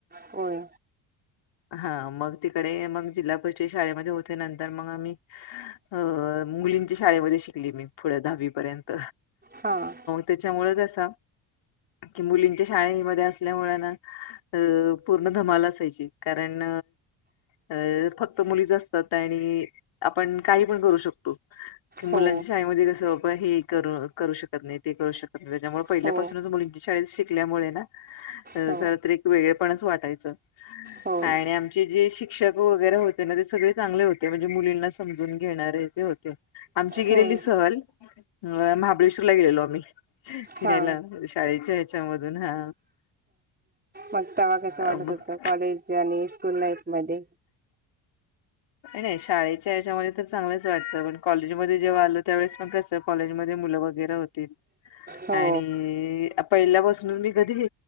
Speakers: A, on the right; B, on the left.
A: कोय.
B: हा मग तिकडे मग जिल्हा परिषद शाळेमध्ये होते. नंतर मग आम्ही अ मुलींच्या शाळेमध्ये शिकली मी पुढ दहावी पर्यंत.
A: हा.
B: तेच्यामुळ जसा की मुलींच्या शाळेमध्ये असल्यामुळें ना, अ पूर्ण धमाला असायची कारण अ फक्त मुलीच असतात आणि आपण काही पण करू शकतो. की मुलांच्या
A: हो
B: शाळेमध्ये कसं प हे करू -करू शकत नाही, ते करू शकत नाही, त्याच्यामुळे पहिल्यापासूनच
A: हो
B: मुलींची शाळेत शिक ल्यामुळे ना अ
A: हो
B: खरंत एक वेगळे पणाच वाटायचं.
A: होय
B: आणि आमचे जे शिक क्षक वगैरे होते ना ते सगळे चांगले होते म्हणजे मुलींना समजून घेणारे ते होते. आमची गेलेली
A: होय
B: सहल अ महाबळेश्वरला गेलेलो आम्ही. फिरायला
A: हा
B: शाळेच्या ह्याच्यामधून हा.
A: मग तवा कसा
B: अ,
A: वाटत
B: मग
A: होत कॉलेज आणि स्कूल लाईफ मधे.
B: नाही शाळेच्या याच्यामध्ये तर चांगलंच वाटत पण कॉलेजमध्ये जेव्हा आलो त्यावेळेस मण कसं कॉलेज म मुलं वगैर होती
A: हो
B: आणि पहिल्यापासूनच मी कधी